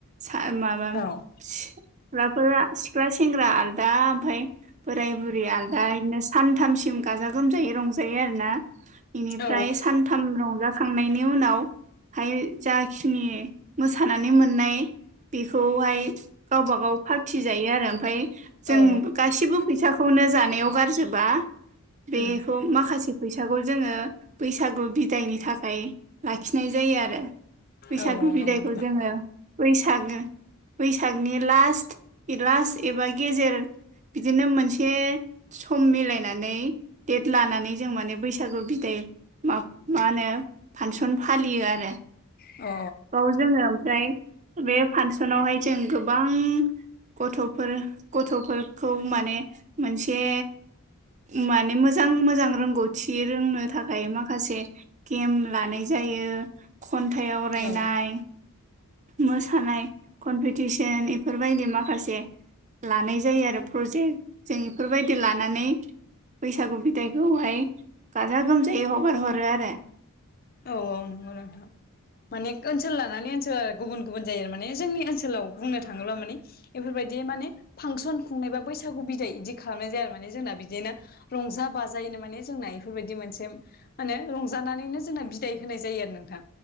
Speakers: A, on the right; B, on the left.
A: सा माबा <unintelligible> माबा
B: औ
A: सिख्लाफोरा सिख्ला सेंग्रा आलदा ओमफ्राय बोराय बुरि आलदा बिदिनो सानथामसिम गाजा गोमजायै रंजायो आरो ना बेनिफ्राय
B: औ
A: सानथाम रंजाखांनायनि उनाव हाय जाखिनि मोसानानै मोननाय बेखौहाय गावबा गाव पार्टि जायो आरो ओमफ्राय
B: औ
A: जों
B: औ
A: गासिबो फैसाखौनो जानायाव गारजोबा
B: उम
A: बेखौ माखासे फैसाखौ जोङो बैसागु बिदायनि थाखाय लाखिनाय जायो आरो बैसागु
B: औ औ
A: बिदायखौ
B: नंगौ नोंथां
A: जोङो बैसागो बैसागनि लास्त लास्ट एबा गेजेर बिदिनो मोनसे सम मिलायनानै डेट लानानै जों माने बैसागु बिदाय मा मा होनो फांसन फालियो आरो
B: अ
A: बाव जोङो ओमफ्राय बे फांसनावहाय जों गोबां गथ'फोर गथ'फोरखौ माने मोनसे माने मोजां मोजां रोंगौथि रोंनो थाखाय माखासे गेम लानाय जायो खन्थाइ आवरायनाय
B: औ
A: मोसानाय कमपिटिसन बेफोरबायदि माखासे लानाय जायो आरो प्रजेक्ट जों इफोरबायदि लानानै बैसागु बिदाइखौहाय गाजा गोमजायै हगार हरो आरो
B: औ-औ नंगौ नोंथां माने ओनसोल लानानै ओनसोल गुबुन गुबुन जायो माने जोंनि ओनस सोलाव बुंनो थाङोब्ला माने इफोरबायदि माने फांसन खुंनाय बा बैसागु बिदाय बिदि खालामनाय जाया आरो माने जोंना बिदिनो रंजा बाजायैनो माने जोंना बेफोरबायदि मोनसे मा होनो रंजानानैनो जोंना बिदाय होनाय जायो नोंथां